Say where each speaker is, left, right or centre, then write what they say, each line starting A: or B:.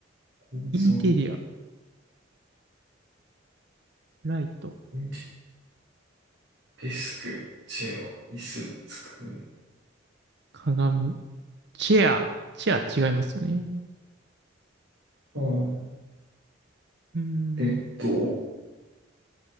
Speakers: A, on the right; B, on the right.
A: コンソン、
B: インテリア、ライト、
A: インテリデスク、チェア、椅子、机、
B: 鏡、チェア、チェア違いますよね。
A: はい。
B: うーん、
A: ベッド、